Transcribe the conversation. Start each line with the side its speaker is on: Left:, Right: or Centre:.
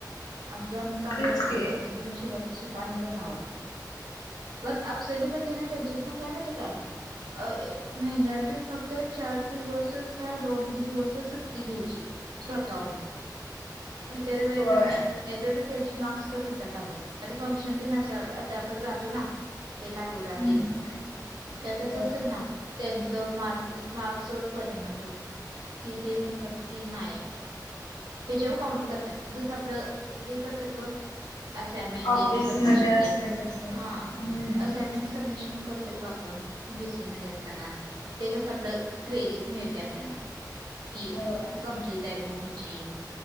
Right: आमचं आम्ही काम
Left: तेच
Right: करतो,
Left: की
Right: तुमचं तुम्ही तुम्ही शिकायचे शिका नाही तर राव्हा पण अबसेंटी पडली ना त्यांच्या पण काय माहिती काय महिन्यातून फक्त चार दिवसच काय दोन तीन दिवस च सुट्टी घ्यायची स्वतःहून इतर वेळेला
Left: होय
Right: नाही. नाहीतर त्यांचे मार्क्स कट होत्यात अग, आता फंक्शन तेन आता आपण जातो ना. एक आठवडा
Left: हम्म
Right: तेन तर तस
Left: होय
Right: असेल ना त्यांच मार मार्क्स <unintelligible> कि ते म्हणत्यात की नाही. हेच्याव काउंट करत्यात, जसं आपलं हे करत्यात बग असायमेंट तेन
Left: ऑफिस
Right: सबमिशन
Left: मध्ये असते
Right: तेन
Left: तसं
Right: हा
Left: हम्म
Right: असायमेंस्ट सबमिशन करतोय बघ आपण बी. सी. ए. मध्ये असताना. ते कस आपलं क्रेडिट मिळतय आपल्याला कि
Left: होय
Right: कंप्लीट आहे बुक हिची